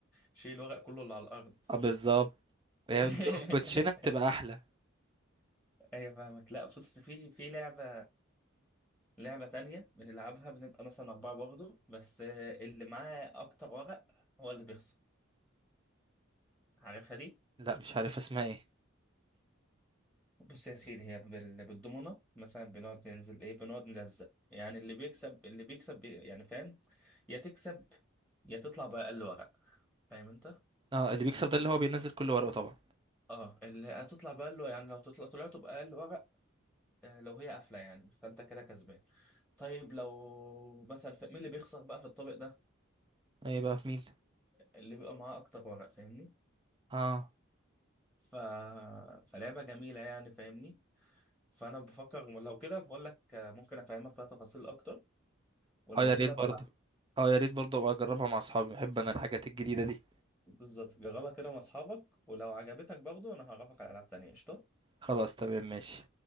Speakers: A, in the centre; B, on the right.
A: شيل الورق كله اللي على الارض
B: اه بالظبط هي بتبقى
A: <laughs>
B: كوتشينة بتبقى احلى
A: ايوه فاهمك لا بص في في لعبة لعبة تانية بنلعبها بنبقى مثلا أربعة برضه بس اللي معاه أكتر ورق هو اللي بيخسر عارفها دي؟
B: لا مش عارف اسمها ايه
A: بص يا سيدي هي بال- بالضمنة مثلا بنقعد ننزل إيه بنقعد نلزق يعني اللي بيكسب اللي بيكسب بي يعني فاهم يا تكسب يا تطلع بأقل ورق فاهم أنت؟
B: اه اللي بيكسب ده اللي هو بينزل كل ورقه طبعا
A: اه اللي هتطلع بأقل يعني لو تطلع طلعت بأقل ورق آه، لو هي قافلة يعني فأنت كده كسبان طيب لو مثلا في- مين اللي بيخسر بقى في الطابق ده؟
B: ايه بقى مين
A: اللي بيبقى معاه اكتر ورق فاهمني
B: اه
A: ف... فلعبة جميلة يعني فاهمني فانا بفكر لو كده بقول لك ممكن افهمك فيها تفاصيل اكتر ولو
B: اه يا ريت
A: كده
B: برضه
A: بلعب
B: اه يا ريت برضه ابقى اجربها مع اصحابي بحب انا الحاجات الجديدة دي
A: بالظبط جربها كده مع اصحابك ولو عجبتك برضو انا هعرفك على العاب تانية قشطة
B: خلاص تمام ماشي